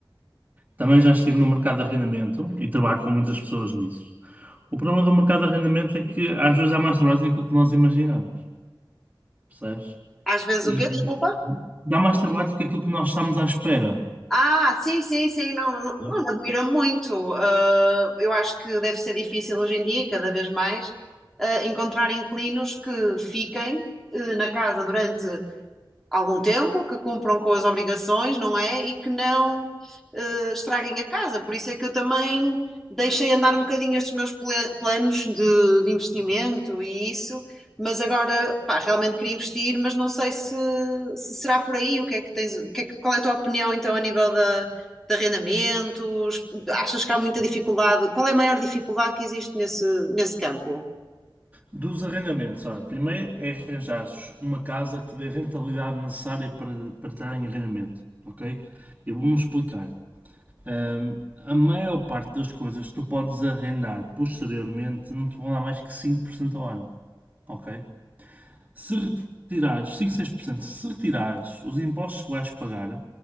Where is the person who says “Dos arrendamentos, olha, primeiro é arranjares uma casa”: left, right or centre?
Right